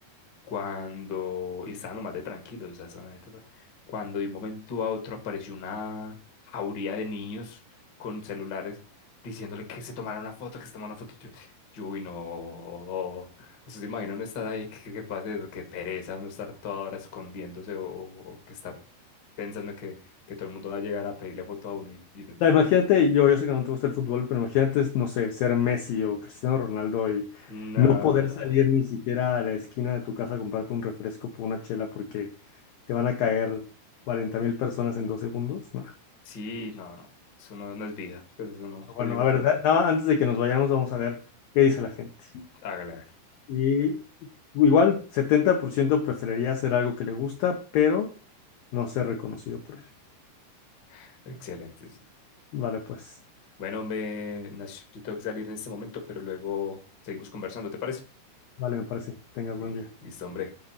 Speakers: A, on the left; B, on the left.
A: cuando y estaban lo más de tranquilos, o sea, estaban ahí, ta, ta, cuando de un momento a otro apareció una jauría de niños con celulares diciéndole que se tomara una foto, que se tomara una foto. y Yo, yo, uy, no. ¿Ustedes se imaginan no estar ahí? ¿Qué, qué pasa? Qué pereza no estar toda hora escondiéndose o, o- o que estar pensando que, que todo el mundo va a llegar a pedirle foto a uno y, y no. ta.
B: O sea, imagínate,
A: ta.
B: yo, yo sé que no te gusta el fútbol, pero imagínate, no sé, ser Messi o Cristiano Ronaldo y
A: No.
B: no poder salir ni siquiera a la esquina de tu casa a comprarte un refresco por una chela porque te van a caer cuarenta mil personas en dos segundos. No.
A: Sí, no, no. Eso no, no es vida. Pues eso no.
B: Pero Bueno,
A: Te digo
B: a ver,
A: que
B: da- da- antes de que nos vayamos, vamos a ver qué dice la gente.
A: hágale. hágale.
B: Y igual, 70% preferiría hacer algo que le gusta, pero no ser reconocido por ello.
A: <laughs> Excelente, sí.
B: Vale, pues,
A: Bueno, hombre, Nash, yo tengo que salir en este momento, pero luego seguimos conversando, ¿te parece?
B: vale, me parece. Que tengas
A: Bien,
B: buen día.
A: Listo, hombre.